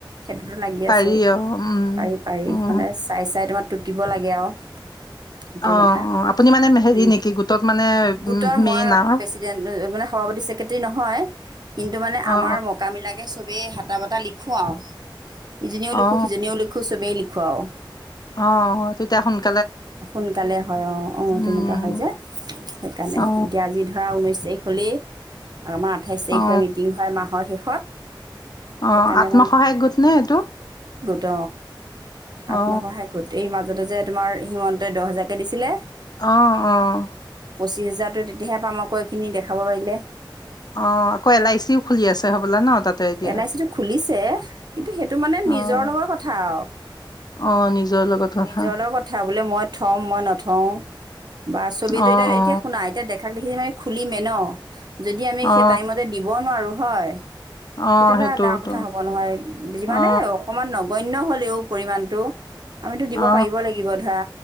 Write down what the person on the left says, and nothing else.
পাৰি
অ উম
উম
অ অ
আপুনি মানে হেৰি
নেকি গোটত মানে
মেইন
আৰু
অ
অ
অ' অ' তেতিয়া সোনালে
উম
অ
অ
অ' আত্মসহায়ক গোটনে এইটো?
অ
আহ আহ।
অ' আকৌ এল আই চিও খুলি আছে হ'বলৈ ন তাতে এতিয়া?
অ'
অ' নিজৰ লগত কথা।
অ
অ
অ
অ
অ
সেইটোতো
অ
অ অ